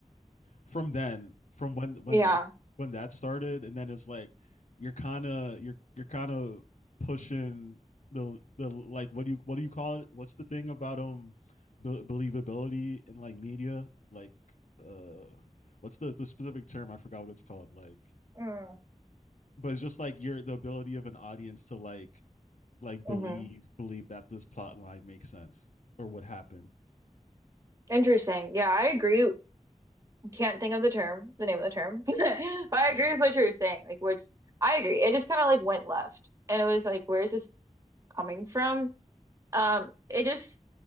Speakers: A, on the left (about 70°); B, on the right (about 30°).
A: from then, from when when
B: yeah.
A: that's when that started, and then it's like you're kind of you're you're kind of pushing the the like what do you what do you call it? What's the thing about um be- believability in like media? Like uh, what's the the specific term? I forgot what it's called. Like,
B: Mm.
A: but it's just like your the ability of an audience to like like
B: hmm
A: believe believe that this plot line makes sense or what happened.
B: Interesting. Yeah, I agree can't think of the term, the name of the term. <laughs> But I
A: You
B: agree
A: know,
B: with what you were saying. Like, which I agree. It just kind of like went left, and it was like, where is this coming from? Um, it just,